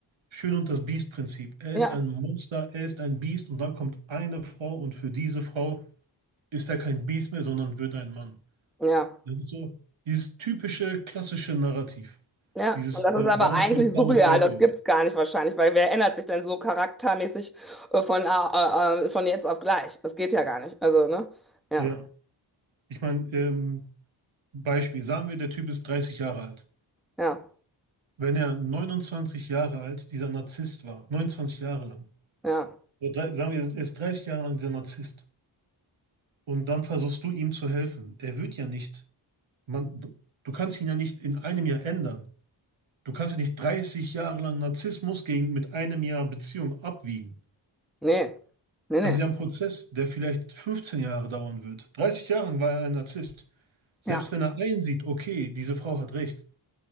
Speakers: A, on the right; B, in the centre.
A: Schön und das Biest-Prinzip. Er
B: Ja,
A: ist ein Monster, er ist ein Biest und dann kommt eine Frau und für diese Frau ist er kein Biest mehr, sondern wird ein Mann.
B: ja,
A: Das ist so dieses typische, klassische Narrativ.
B: ja.
A: Dieses,
B: Und das ist
A: äh,
B: aber
A: warum
B: eigentlich
A: stehen Frauen
B: surreal.
A: auf Bad
B: Das
A: Boys?
B: gibt's gar nicht wahrscheinlich, weil wer ändert sich denn so charaktermäßig äh, von, äh, äh, äh, von jetzt auf gleich? Das geht ja gar nicht. Also, ne? Ja,
A: Ja. Ich meine, ähm, Beispiel, sagen wir, der Typ ist 30 Jahre alt.
B: ja,
A: Wenn er 29 Jahre alt dieser Narzisst war, 29 Jahre lang,
B: ja.
A: oder drei, sagen wir, er ist 30 Jahre lang dieser Narzisst und dann versuchst du ihm zu helfen. Er wird ja nicht, man, du, du kannst ihn ja nicht in einem Jahr ändern. Du kannst ja nicht 30 Jahre lang Narzissmus gegen mit einem Jahr Beziehung abwiegen.
B: Nee, nee, nee.
A: Das ist ja ein Prozess, der vielleicht 15 Jahre dauern wird. dreißig Jahre lang war er ein Narzisst. Selbst
B: Ja.
A: wenn er einsieht, okay, diese Frau hat recht,